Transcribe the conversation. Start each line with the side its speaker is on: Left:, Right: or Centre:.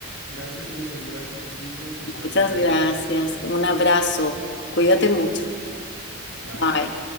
Right: Gracias y me saludas a tus hijos y les
Left: Muchas
Right: das un
Left: gracias,
Right: abrazo.
Left: un abrazo, cuídate mucho.
Right: Bye.
Left: Bye.